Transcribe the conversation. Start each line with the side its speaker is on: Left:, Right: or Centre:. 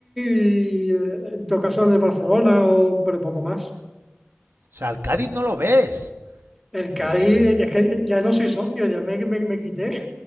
Centre: y eh, en todo caso el del Barcelona, o, pero poco más.
Right: O sea, al Cádiz no lo ves.
Centre: El
Right: Uy,
Centre: Cádiz,
Right: uy, uy.
Centre: es que ya no soy socio, ya me, me, me quité.